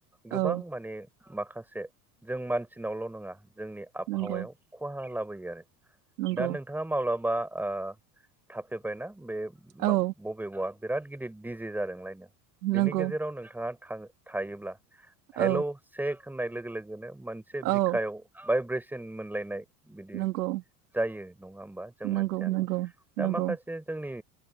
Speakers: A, in the centre; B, on the right.
A: गोबां
B: औ
A: माने माखासे जों मानसिनावल' नङा जोंनि आबहावायाव
B: नंगौ
A: खहा लाबोयो आरो
B: नंगौ
A: दा नोंथाङा माब्लाबा ओ थाफेरबायना बे मा-बबेबा
B: औ
A: बिराद गिदिर दिजे जादोंलायनो बिनि
B: नंगौ
A: गेजेराव नोंथाङा थाङो थायोब्ला
B: औ
A: हेल' सेक होननाय लोगो लोगोनो मोनसे बिखायाव
B: औ
A: भाइब्रेसन मोनलायनाय बिदि
B: नंगौ
A: जायो नङा होमबा जों मानसियानो
B: नंगौ नंगौ
A: दा
B: नंगौ
A: माखासे जोंनि